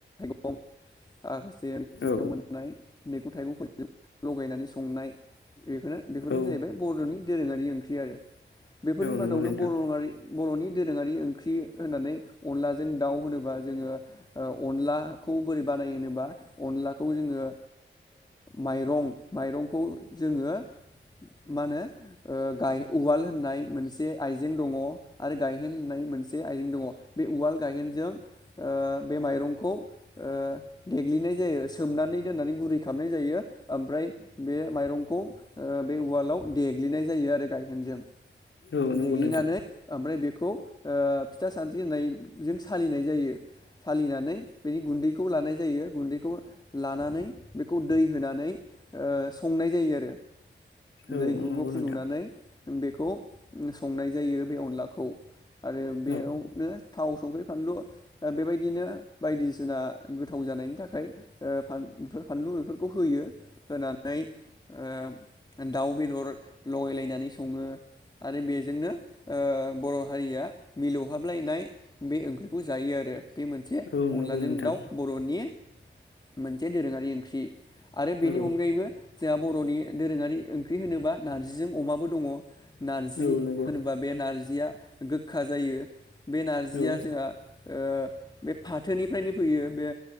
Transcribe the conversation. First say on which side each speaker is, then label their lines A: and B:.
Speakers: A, on the left (about 20°); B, on the left (about 70°).
A: <unintelligible> मोननाय
B: औ
A: थाइगंफोरजों लगायनानै संनाय बेखौनो बेफोरनो
B: औ
A: जाहैबाय बर'नि दोरोङारि ओं ख्रि आरो बेफोरनि बादावनो
B: नंगौ नोंथां
A: बर'आारि बर'नि दो दोरोङारि ओंख्रि होनानै अनलाजों दाउ होनोबा जोङो औ अनलाखौ बोरै बानायो होनो बा अनलाखौ जोङो ओ माइरं माइरंखौ जोङो मा होनो ओ गाय उवाल होननाय मोनसे आइजें दङ आरो गाय हेन होननाय मोनसे आइजें दङ बे उवाल गायहेनजों बे माइरंखौ ओ देग्लिनाय जायो सोमनानै दोननानै गुरै खालामनाय जायो ओमफ्राय बे माइरंखौ ओ बे उवालाव देग्लिनाय जायो आरो गायहेनजों
B: औ नंगौ
A: देग्लिनानै
B: नोंथां
A: ओमफ्राय बेखौ ओ फिथा सान्द्रि होननायजों सालिनाय जायो सालिनानै बेनि गुन्दैखौ लानाय जायो गुन्दैखौ लानानै बेखौ दै होनानै ओ संनाय जायो आरो
B: औ
A: दै ग्रुब
B: नंगौ
A: ग्रुब फुदुंनानै
B: नोंथां
A: बेखौ संनाय जायो बे अनलाखौ आरो बेयावनो
B: औ
A: थाव संख्रि फानलु बेबाय दिनो बायदिसि ना गोथाव जानायनि थाखाय ओ फान बेफोर फानलु बेफोरखौ होयो होनानै ओ दाउ बेदर लगायलायनानै सङो आरो बेजोंनो ओ बर' हारिया मिलौहाबलायनाय बे ओंख्रिखौ जायो आरो बे मोनसे
B: औ
A: अनलाजों
B: नंगौ नोंथां
A: दाउ बर'नि मोनसे दोरोङारि ओंख्रि आरो बेनि
B: औ
A: अनगायैबो जोंहा बर'नि दोरोङारि ओं ख्रि होनोबा नारजिजों अमाबो दङ नारजि
B: औ नंगौ
A: होनोबा बे नारजिया गोखा जायो बे नारजिया
B: औ
A: जोंहा ओ बे फाथोनिफ्रायनो फैयो बे